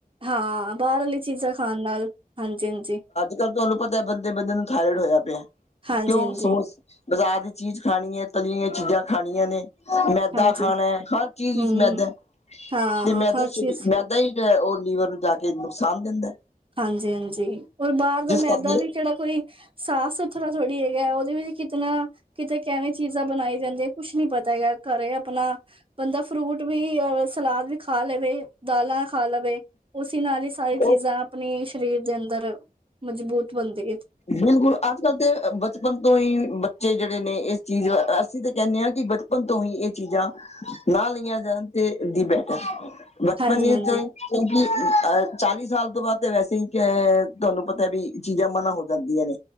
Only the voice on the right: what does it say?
ਹਾਂ ਬਾਹਰ ਵਾਲੀ ਚੀਜਾ ਖਾਣ ਨਾਲ ਹਾਂਜੀ -ਹਾਂਜੀ-
ਹਾਂਜੀ
ਹਾਂਜੀ
ਹਾਂਜੀ
ਹਮ
ਹਾਂ
ਹਰ
ਚੀਜ਼
ਹਾਂਜੀ-ਹਾਂਜੀ, ਬਾਹਰ ਦਾ ਮੈਦਾ
ਵੀ ਕਿਹੜਾ ਕੋਈ ਸਾਫ਼ ਸੁਥਰਾ ਥੋੜ੍ਹੀ ਹੈਗਾ ਉਹਦੇ ਵਿਚ ਕਿਤਨਾ ਕਿਤੇ ਕਿਵੇ ਚੀਜਾ ਬਣਾਈਆਂ ਜਾਦੇ ਕੁਛ ਨੀ ਪਤਾ ਹੈਗਾ ਘਰੇ ਆਪਣਾ ਬੰਦਾ ਫਰੂਟ ਵੀ ਅ ਸਲਾਦ ਵੀ ਖਾ ਲਵੇ, ਦਾਲਾਂ ਖਾ ਲਵੇ, ਉਸੀ ਨਾਲ ਹੀ ਸਾਰੀ ਚੀਜਾ
ਆਪਣੀ ਸਰੀਰ ਦੇ ਅੰ ਅੰਦਰ ਮਜ਼ਬੂਤ ਬੰਦਿ ਏ
ਹਾਂਜੀ-ਹਾਂਜੀ,